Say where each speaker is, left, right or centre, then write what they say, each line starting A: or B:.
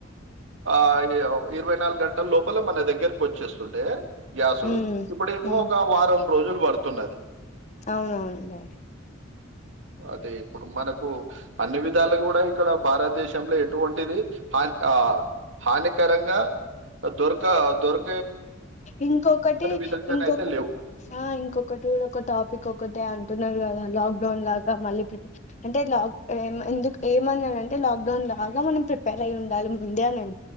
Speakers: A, on the right; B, on the left.
A: ఆ ఇరవై నాలుగు గంటల లోపల మన దగ్గరకు వచ్చేస్తుంటే గ్యాస్
B: ఉమ్
A: ఇప్పుడు ఇ
B: ఉమ్
A: ఒక వారం రోజులు పడుతున్నది
B: అవునవును డాడీ
A: అదే ఇప్పుడు మనక్ కు అన్ని విధాలుగుడ ఇక్కడ భారతదేశంలో ఎటువంటిది హా హానికరంగా దొరక దొర్
B: ఇంకొకటి
A: విధంగానైతే
B: ఇంకొక
A: లేవు
B: ఆ ఇంకొకటి గుడ ఒక టాపిక్ ఒకటే అంటున్నారు గద లాగ లాక్డౌన్ లాగా మళ్ళ ప్రప <unintelligible> అంటే ఇట్ల ఎందుకు ఏమన్నాంటే లాక్ డౌన్ లాగా మనం ప్రిపేర్ అయి ఉండాలి ముందే అనం